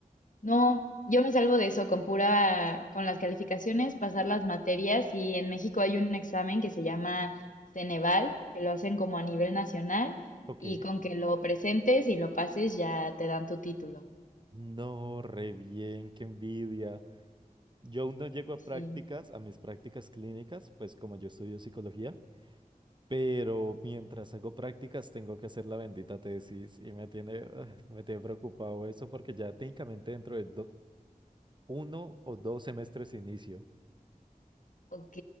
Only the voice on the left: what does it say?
No, yo me salvo de eso con pura, con las calificaciones, pasar las materias y en México hay un examen que se llama Ceneval, que lo hacen como a nivel nacional
y con que lo presentes y lo pases ya te dan tu título.
Sí.
Ok,